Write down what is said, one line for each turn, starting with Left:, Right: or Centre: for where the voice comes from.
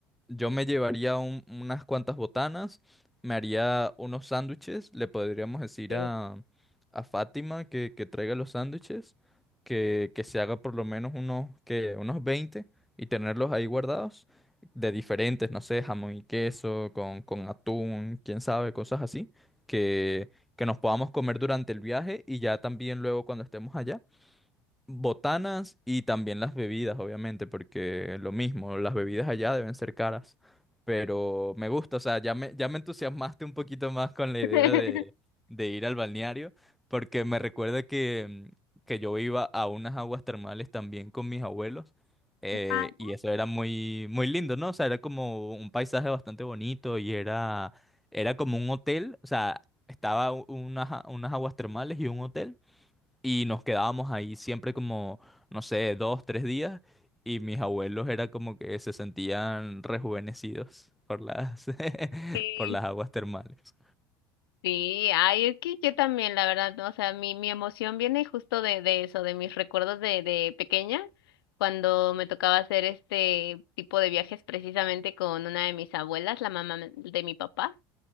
Centre: yo me llevaría un- unas cuantas botanas, me haría unos sándwiches, le podríamos decir
Left: Sí.
Centre: a, a Fátima que, que traiga los sándwiches, que, que se haga por lo menos unos, que, unos 20 y tenerlos ahí guardados, de diferentes, no sé, jamón y queso, con, con atún, quién sabe, cosas así, que, que nos podamos comer durante el viaje y ya también luego cuando estemos allá botanas y también las bebidas, obviamente, porque lo mismo, las bebidas allá deben ser caras. Pero me gusta, o sea, ya me, ya me entusiasmaste un poquito más con la idea
Left: <laughs>
Centre: de, de ir al balneario, porque me recuerda que, que yo iba a unas aguas termales también con mis abuelos. eh,
Left: Ah,
Centre: y eso era muy, muy lindo, ¿no? O sea, era como un paisaje bastante bonito y era, era como un hotel, o sea, estaba u- unas, a- unas aguas termales y un hotel. Y nos quedábamos ahí siempre como, no sé, dos, tres días. Y mis abuelos era como que se sentían rejuvenecidos por las, <laughs>
Left: sí.
Centre: por las aguas termales.
Left: Sí, ay, es que yo también, la verdad, o sea, mi, mi emoción viene justo de, de eso, de mis recuerdos de, de pequeña, cuando me tocaba hacer este tipo de viajes precisamente con una de mis abuelas, la mamá de mi papá,